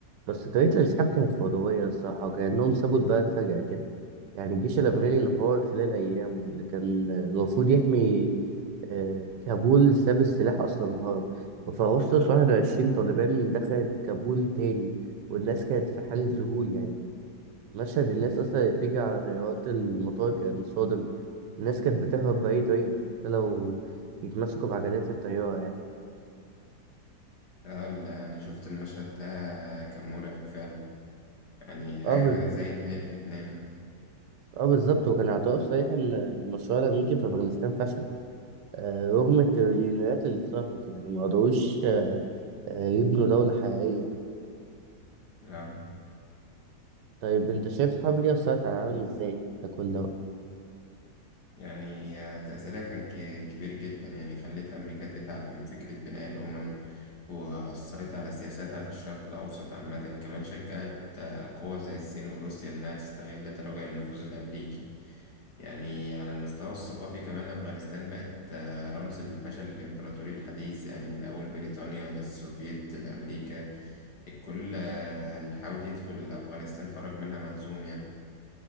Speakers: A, on the right; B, on the left.
A: بس طريقة الانسحاب كانت فوضوية الصراحة وكأنهم سابوا البلد فجأة كده يعني الجيش الأفغاني انهار خلال أيام واللي كان المفروض يحمي آه، كابول ساب السلاح أصلا وهرب وفي أغسطس واحد وعشرين طالبان دخلت كابول تاني والناس كانت في حالة ذهول يعني مشهد الناس أصلا اللي بتيجي على طيارات المطار كان صادم الناس كانت بتهرب بأي طريقة حتى لو يتمسكوا بعجلات الطيارة يعني
B: اه لا أنا شفت المشهد ده كان مرعب فعلا يعني حاجة
A: اه بز-
B: كده زي نهاية فيتنام
A: اه بالظبط وكان اعتراف صريح ان المشروع الامريكي في افغانستان فشل آه رغم التريليونات اللي اتصرفت يعني ما قدروش آه، يبنوا دولة حقيقية
B: اه
A: طيب أنت شايف الحرب دي أثرت على العالم إزاي ككل بقى؟
B: يعني تأثيرها كان ك- كبير جدا يعني خلت أمريكا تتعب من فكرة بناء الأمم وأثرت على سياساتها في الشرق الأوسط عامة كمان شجعت آه، قوى زي الصين وروسيا إنها تستغل تراجع النفوذ الأمريكي يعني على المستوى الثقافي كمان أفغانستان بقت آه، رمز الفشل الإمبراطوري الحديث يعني من أول بريطانيا للسوفييت لأمريكا الكل آه، اللي حاول يدخل أفغانستان خرج منها مهزوم يعني